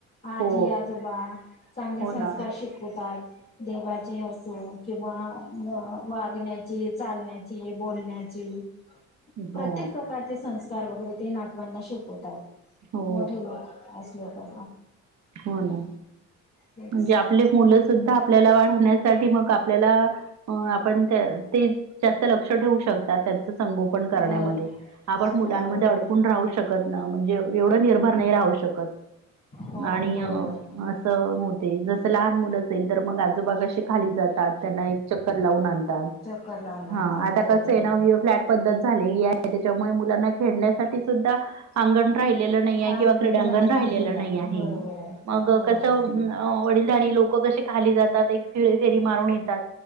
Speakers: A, on the left (about 30°); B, on the right (about 65°).
A: आजी
B: हो
A: आजोबा चांगले
B: हो
A: संस्कार
B: ना
A: शिकवतात देवाचे असो किंवा वागण्याची चालण्याची बोलण्याची ची प्रत्येक
B: हो
A: प्रकारचे संस्कार वगैरे ते नातवांना शिकवतात
B: हो
A: मोठे लोक असले का
B: हो ना
A: तेच.
B: म्हणजे आपले च मुलं सुद्धा आपल्याला वाढवण्यासाठी मग आपल्याला अ आपण ते तेच जास्त लक्ष ठेवू शकतात त्यांचं संगोपन करण्यामध्ये
A: बर
B: आपण
A: हो
B: मुलांमध्ये
A: बरोबर
B: अडकून राहू शकत ना म्हणजे एवढं निर्भर नाही राहू शकत
A: हो
B: आणि
A: बरोबर
B: अ, असं होते जसं लहान मुलं असेल तर मग आजोबा कशे खाली जातात त्यांना एक चक्कर लावून आणतायत
A: चक्कर लावून आणतात
B: हा आत्ता
A: बरोबर
B: कस आहे ना न्यू फ्लॅट पद्धत झालेली आहे त्याच्यामुळे मुलांना खेळण्यासाठी सुद्धा अंगण राहिलेलं नाही आहे
A: अंगण
B: किंवा क्रीडांगण
A: राही राहिलेला
B: राहिलेलं नाही आहे
A: बरोबर आहे
B: मग
A: बरोबर.
B: कसं अ वडीलधारी लोकं कसे खाली जातात एक फि फेरी मारून येतात